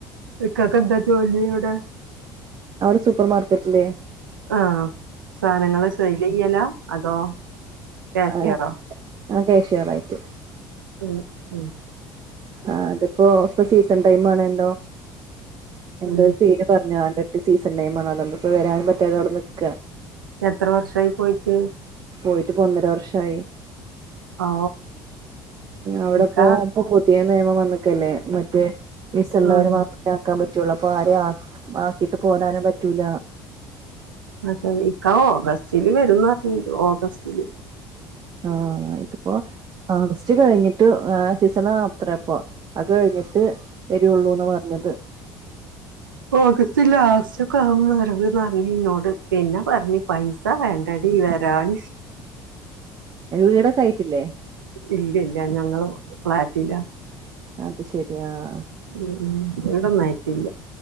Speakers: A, on the right; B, on the right.
A: ഇക്കാക്കെന്താ ജോലിവിടെ?
B: അവിടെ സൂപ്പർ മാർക്കറ്റിലേ,
A: ആഹ്, സാധനങ്ങള് സൈല് ചെയ്യലാ അതോ? കാഷ്യറോ
B: ഏഹ് ആഹ് കേഷറായിട്ട്,
A: ഉം ഉം
B: ആഹ് അത്പ്പോ ഇപ്പ സീസൺ ടൈം ആണല്ലോ എന്തോരു
A: ഉം.
B: പേര് പറഞ്ങ്ങാണ്ട്, സീസൺ ടൈമാണ് അതൊണ്ട് ഇപ്പം വരാൻ പറ്റാതെ അവിടെ നിക്ക,
A: എത്ര വർഷായി പോയിട്ട്?
B: പോയിട്ട്പ്പൊ ഒന്നര വർഷായി
A: ഓ
B: അവിടെപ്പോ,
A: ഇക്ക
B: പ്പം പുതിയ നിയമം വന്ന്ക്കല്ലേ മറ്റേ വിസള്ളവരെ
A: ഉം,
B: മാത്രമേ ആക്കാൻ പറ്റുള്ളൂ, അപ്പൊ ആരെ ആക്കിട്ട് പോരാനും പറ്റൂല,
A: പക്ഷെ ഇക്ക ഓഗസ്റ്റില് വരും പർഞ്ഞിണ്ട് ഓഗസ്റ്റില്,
B: ആഹ് ഇതിപ്പോ ആഗസ് ച്ച് കഴിഞ്ഞിട്ട് സീസൺ അത്രെപ്പ അത് കഴിഞ്ഞിട്ട് വരുള്ളൂന്ന് പറഞ്ഞത്,
A: ഓഗസ്റ്റ് ലാസ്റ്റ് ഒക്കെ ആവുവരവ് പർഞ്ന്നോട് പിന്നെ പറഞ്ഞ് പൈസ് സാ വേണ്ടടീ വരാൻ,
B: വീടൊക്കെ ആയിട്ടില്ലേ?
A: ഇല്ല ഇല്ല ഞങ്ങള് ഫ്ലാറ്റില,
B: അത് ശെരി ആഹ്,
A: ഉം വീടൊന്നും ആയിട്ടില്ല,